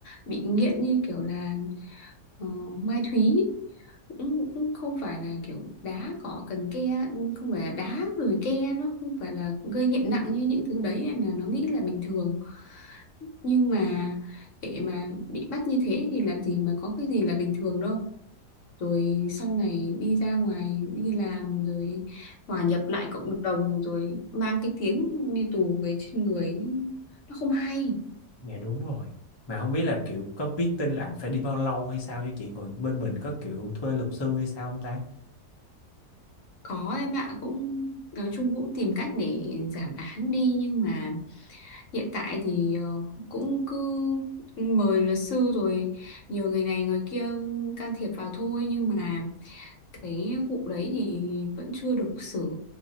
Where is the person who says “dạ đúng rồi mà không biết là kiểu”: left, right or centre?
Left